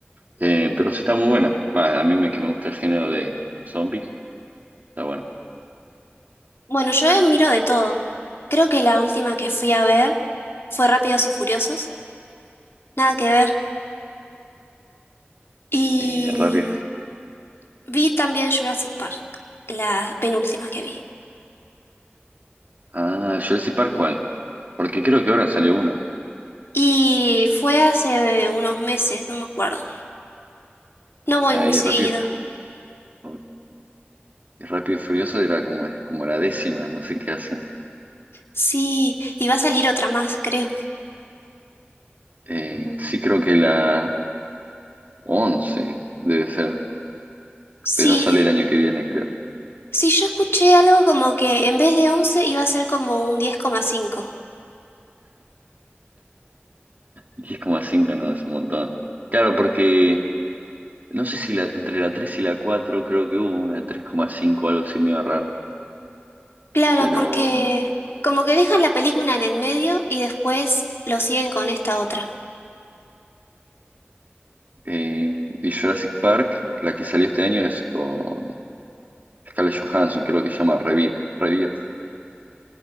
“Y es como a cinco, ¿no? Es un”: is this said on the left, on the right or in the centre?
Right